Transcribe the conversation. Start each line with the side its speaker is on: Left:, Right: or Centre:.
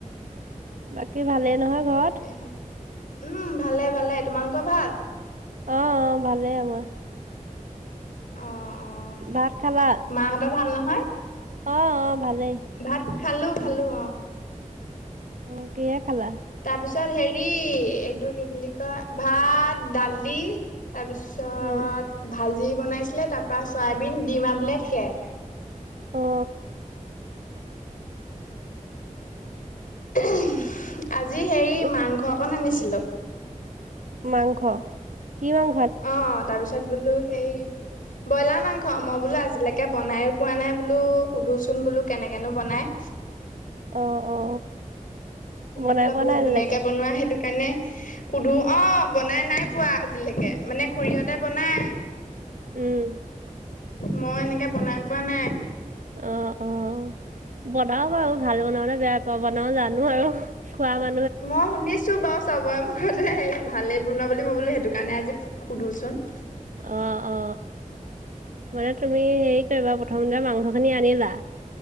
Right: বাকী ভালেই নহয় ঘৰত?
Left: এয়া, উম ভালে - ভালে, তোমালোকৰ ভাল?
Right: অ অ ভালেই আমাৰ।
Left: অ অহ,
Right: ভাত খালা?
Left: মাহঁতৰ ভাল নহয়?
Right: অ অ ভালেই।
Left: ভাত খালো খালো অ।
Right: অ কিহে খালা?
Left: তাৰ পিছত হেৰি এইটো কি বুলি কয় ভাত, দালি তাৰপিছত
Right: উম।
Left: ভাজি বনাইছিলে তাৰ পৰা চয়াবিন, দিম আমলেট সেয়াই।
Right: অ অ।
Left: অহম, আজি হেৰি
Right: তো
Left: মাংস অকণ আনিছিলোঁ।
Right: মাংস, কিহং
Left: অ তাৰ পিছত বোলো সেই ব্ৰইলাৰ মাংস, মই বোলো আজিলৈকে বনাই পোৱা নাই বোলো সুধোচোন বোলো কেনেকেনো বনাই?
Right: অ অ।
Left: তুমি
Right: বনাই
Left: বোলে
Right: পোৱা
Left: বহুত
Right: নাই আজিলৈকে?
Left: ধুনীয়াকে বনোৱা সেইটো কাৰণে সুধো, অ বনাই নাই পোৱা আজিলৈকে মানে খুৰীহতে বনাই
Right: উম।
Left: মই এনেকে বনাই পোৱা নাই।
Right: অ অ, বনাও বাৰু ভাল বনাবলে বেয়া ত বনাও জানো আৰু খোৱা মা
Left: মই শুনিছ ছোঁ বাৰু চবৰ মুখতে হেৰি ভালেই বনায় বুলি মই বোলো সেইটো কাৰণে আজি সুধোচোন?
Right: অ অ মানে তুমি হেৰি কৰিবা প প্ৰথমতে মাংসখিনি আনিলা,